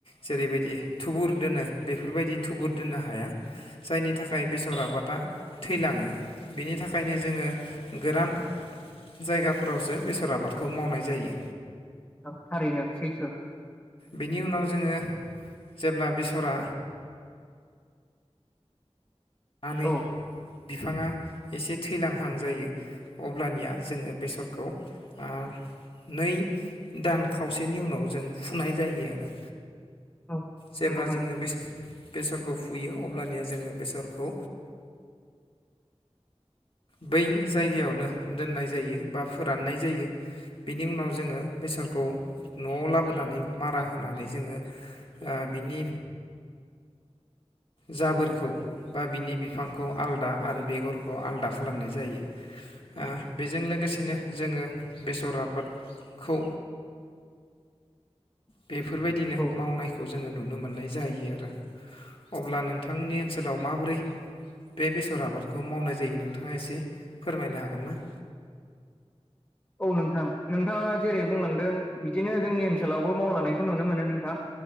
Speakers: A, on the left; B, on the left.
A: जेरैबायदि थुबुर दोनो बेफोरबायदि थुबुर दोननो हाया जायनि थाखाय बेसर आबादा थैलाङो बेनि थाखाय बेखायनो जोङो गोरान जायगाफोरावसो बेसर आबादखौ मावनाय जायो
B: औ थारैनो सैथो
A: बेनि उनाव जोङो जेब्ला बेसरा सानै
B: औ
A: बिफाङा एसे थैलांहां जायो अब्लानिया जोङो बेसरखौ ओ नै दान खावसेनि उनाव जों फुनाय जायो आरो
B: औ
A: जेब्ला
B: नोंंगौ नोंथां
A: जोङो बेसरखौ फुयो अब्लानिया जोङो बेसर खौ बै जायगायावनो दोननाय जायो बा फोराननाय जायो बेनि उनाव जोङो बेसरखौ न'आव लाबोनानै मारा होनानै जोङो ओ बिनि जाबोरखौ बा बिनि बिफांखौ आलादा आरो बेगरखौ आलादा खालामनाय जायो ओ बेजों लोगोसेनो जोङो बेसर आबादखौ बेफोरबायदिनो
B: औ
A: मावनायखौ जों नुनो मोननाय जाहैयो आरो अब्ला नोंथांमोननि एन्सार बोरै बे बेसर आबादखौ मावनाय जायो नोंथाङा एसे फोरमायनो हागोन <unintelligible>
B: औ नोंथां नोंथाङा जेरै बुंलांदों बिदिनो जोंनि ओनसोलावबो मावलांनायखौ नुनो मोनो नों नोंथां